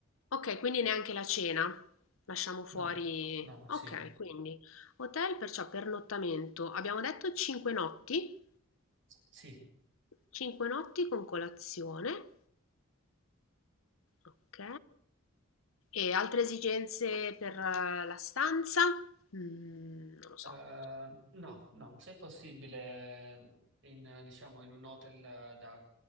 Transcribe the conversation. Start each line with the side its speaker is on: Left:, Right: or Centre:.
Left: Ok, quindi neanche la cena. Lasciamo fuori.
Right: No, no, sì,
Left: Ok, quindi hotel, perciò pernottamento. Abbiamo detto 5 notti.
Right: sì.
Left: 5 notti con colazione. Ok. E altre esigenze per eh, la stanza? Mm, non lo so.
Right: Eh, no, no, se è possibile, in, eh, diciamo, in un hotel eh, da